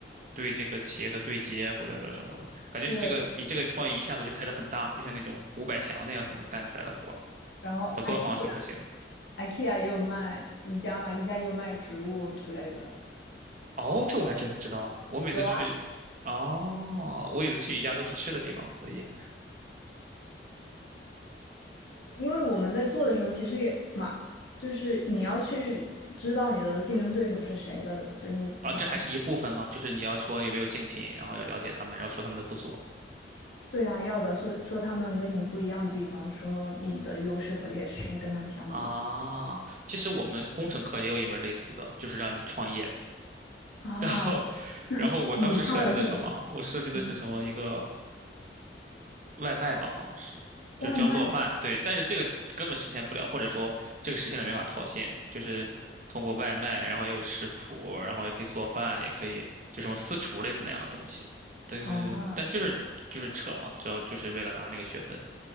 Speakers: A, on the right (about 45°); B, on the left (about 80°).
A: 对这个企业的对接或者说什么的。感觉你这个你这个创意一下子就开得很大，
B: 是，
A: 就像那种五百强那样才能干出来的活儿，
B: 然后
A: 小作坊是不行的。
B: IKEA IKEA 也有卖宜家嘛，宜家也有卖植物之类的，
A: 哦，这我还真不知道呢。我每次去，
B: 有啊。
A: 哦，我以为去宜家都去吃的地方，所以
B: 因为我们在做的时候，其实也马，就是你要去知道你的竞争对手是谁的，所以你马上
A: 啊，这还是一部分嘛，就是你要说有没有竞品，然后要了解他们，然后说他们的不足
B: 对啊，要的，说说他们跟你们不一样的地方，说你的优势和劣势，你跟他们相比
A: 啊。其实我们工程课也有一门类似的，就是让你创业。
B: 啊，
A: 然后，然后我当时设计的什么？
B: 你创了的是
A: 我设计的是什么？
B: 嗯，
A: 一个外卖吧，好像是，
B: 外卖
A: 就教做饭。对，但是这个根本实现不了，或者说这个实现了没法套现，就是通过外卖，然后也有食谱，然后也可以做饭，也可以就什么私厨类似那样的东西。但是，
B: 啊，
A: 但是就是就是扯嘛，主要就是为了拿那个学分。